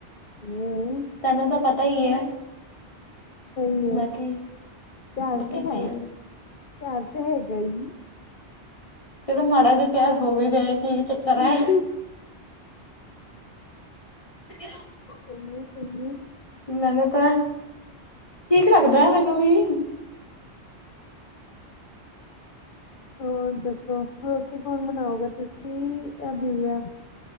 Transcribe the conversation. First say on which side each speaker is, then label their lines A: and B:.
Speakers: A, on the left (about 50°); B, on the left (about 30°).
A: ਹੀ ਈ
B: ਤੈਨੂੰ ਤਾਂ ਪਤਾ ਈ ਏ,
A: ਸਹੀ ਐ,
B: ਬਾਕੀ।
A: ਪਿਆਰ
B: ਬਾਕੀ
A: ਤੇ
B: ਕੀ
A: ਹੈ,
B: ਆ।
A: ਪਿਆਰ ਤੇ ਹੈਗਾ ਈ।
B: ਚਲੋ ਮਾੜਾ ਜਿਆ ਪਿਆਰ ਹੋ ਵੀ ਜਾਏ ਕੀ ਚੱਕਰ
A: ਸਹੀ
B: ਏ। <inaudible>
A: ਸਹੀ ਏ ਸਹੀ ਏ।
B: ਮੈਨੂੰ ਤਾਂ, ਠੀਕ ਲੱਗਦਾ ਮੈਨੂੰ ਵੀ
A: ਹੋਰ ਦੱਸੋ ਰੋਟੀ ਕੌਣ ਬਣਾਓਗਾ ਤੁਸੀਂ ਯਾਂ ਦਿਵਿਆ।